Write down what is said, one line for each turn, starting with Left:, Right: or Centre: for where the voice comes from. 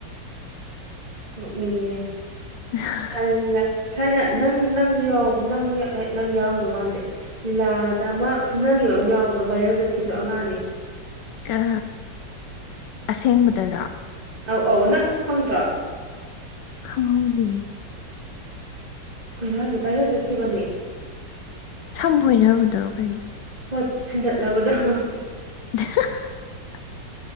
Right: ꯅ‌ꯣꯛꯅꯤꯡꯉ‌ꯦ
Left: <unintelligible>
Right: ꯊꯥꯏꯅ ꯂꯤꯂꯥ ꯊꯥꯏꯅ ꯅꯪ ꯅꯪꯁꯨ ꯌꯥꯎ ꯅꯪ ꯅꯪ ꯌꯥꯎꯔꯝꯗꯧ ꯃꯥꯟꯗꯦ ꯂꯤꯂꯥ ꯗ ꯑꯃ ꯐꯨꯅꯈꯤꯕ ꯑꯃ ꯌꯥꯎꯕꯗꯣ ꯚꯥꯏꯔꯦꯜ ꯆꯠꯈꯤꯕꯗꯣ ꯑꯉꯥꯡ ꯑꯅꯤ
Left: ꯑ ꯑꯁꯦꯡꯕꯗꯔ‌ꯣ
Right: ꯑꯧ ꯑꯧ ꯅꯪ ꯈꯪꯗ꯭ꯔꯣ
Left: ꯈꯪꯍꯧꯗꯦ
Right: ꯑꯩꯈꯣꯏ ꯍꯥꯥꯏꯁꯦ ꯚꯥꯏꯔ‌ꯦꯜ ꯆꯠꯈꯤꯕꯅꯦ
Left: ꯁꯝ ꯐ‌ꯣꯏꯅꯕꯗꯨꯔꯣ ꯀꯩꯅꯣ
Right: ꯍꯣꯏ ꯊꯤꯟꯗꯠꯅꯕꯗ‌ꯣ
Left: <unintelligible>